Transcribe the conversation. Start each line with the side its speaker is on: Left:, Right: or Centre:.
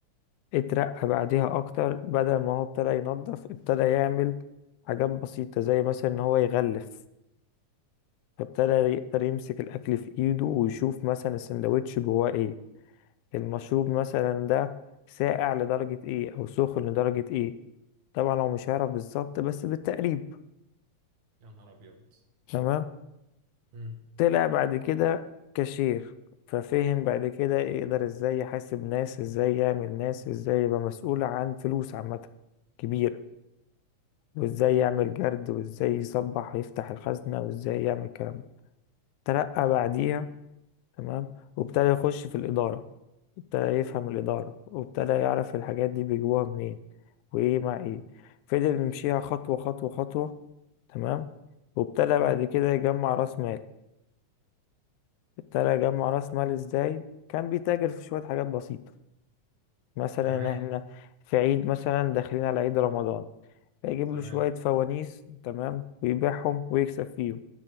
Left: اترقى بعديها أكتر بدل ما هو ابتدى ينظف ابتدى يعمل حاجات بسيطة زي مثلا إن هو يغلف فابتدى يقدر يمسك الأكل في إيده ويشوف مثلا السندوتش جواه ايه المشروب مثلا ده ساقع لدرجة ايه أو سخن لدرجة ايه طبعا هو مش هيعرف بالظبط بس بالتقريب
Right: يا نهار أبيض
Left: تمام
Right: مم.
Left: طلع بعد كده كاشير ففهم بعد كده يقدر ازاي يحاسب ناس ازاي يعمل ناس ازاي يبقى مسؤول عن فلوس عامة كبيرة وازاي يعمل جرد وازاي يصبح يفتح الخزنة وازاي يعمل الكلام ده ترقى بعديها تمام وابتدى يخش في الإدارة ابتدى يفهم الإدارة وابتدى يعرف الحاجات دي بيجيبوها منين وإيه مع إيه فضل يمشيها خطوة خطوة خطوة تمام وابتدى بعد كده يجمع رأس مال ابتدى يجمع راس مال ازاي كان بيتاجر في شوية حاجات بسيطة مثلا
Right: تمام
Left: احنا في عيد مثلا داخلين على عيد رمضان فيجيب
Right: تمام
Left: له شوية فوانيس تمام ويبيعهم ويكسب فيهم